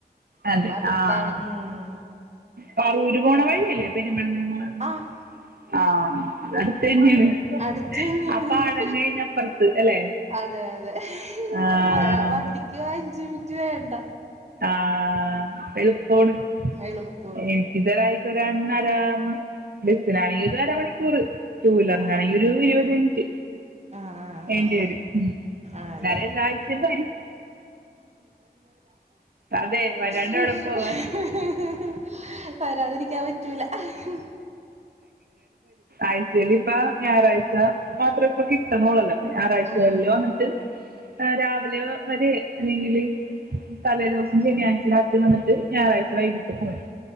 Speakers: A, on the right (about 70°); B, on the right (about 40°).
A: അതെ
B: അപ്പൊ അടുത്താണ്
A: ആഹ്
B: ഉം.
A: പറവൂര് പോവണ വഴിയ <unintelligible>
B: ആഹ്
A: ആ അത് അട്ത്ത്ന്നെണ്
B: അടുത്ത് തന്നെയാണ്
A: ആ പാടം കഴിഞ്ഞ് അപ്പർത്ത് അല്ലെ
B: അതെ അതെ
A: ആഹ്
B: അതെ വണ്ടിക്ക് അഞ്ച്മിനിറ്റ് വേണ്ട
A: ആ ആ വെളു പോണ്
B: എളുപ്പുള്ളൂ
A: ഏ <unintelligible> <unintelligible> ബെസ്സിനാണെങ്കി ഒരു അരമണിക്കൂറ് ടു വീലറിനാണെങ്കിൽ
B: ആഹ്
A: ഒരു ഇരുവത് മിനിറ്റ്
B: ആഹ് ആഹ്
A: വേണ്ടി
B: ആഹ് ആഹ്
A: വരും
B: ആഹ് ആണല്ലേ
A: എന്നാല് എല്ലാ ആഴ്ച്ചേ വരും അതെ വരാണ്ട്
B: ഹ്
A: എവിടെ
B: ഹ്
A: പോവാൻ
B: ഹ് ഹ് ഹ് വരാതിരിക്കാൻ പറ്റൂല ഹ്
A: ആഴ്ച്ചേല് ഇപ്പ ഞായറാഴ്ച മാത്രം ഇപ്പ കിട്ട്ണ ഒള്ളല്ലോ ഞാറാഴ്ചകളിൽ
B: ഉം ഉം
A: വന്നിട്ട് രാവിലെ വരെ അല്ലെങ്കില് തലേദിവസം ശനിയാഴ് രാത്രി വന്നിട്ട് ഞായറാഴ്ച വൈകിട്ട് പോരും